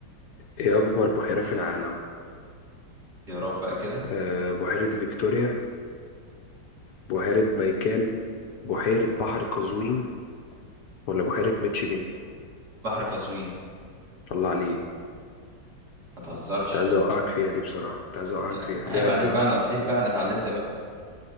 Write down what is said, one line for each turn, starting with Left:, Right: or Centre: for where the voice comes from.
Left: ايه اكبر بحيرة في العالم
Right: يا رب بقى كده
Left: أه بحيرة فيكتوريا بحيرة بايكال بحيرة بحر قزوين ولا بحيرة ميتشيجن
Right: بحر قزوين
Left: الله عليك
Right: ما تهزرش
Left: كنت عايز اوقعك فيها دي بصراحة كنت عايز اوقعك
Right: انا
Left: فيها
Right: أنا
Left: دي
Right: عيب
Left: هبدأ
Right: عليك بقى انا صحيت بقى انا اتعلمت بقى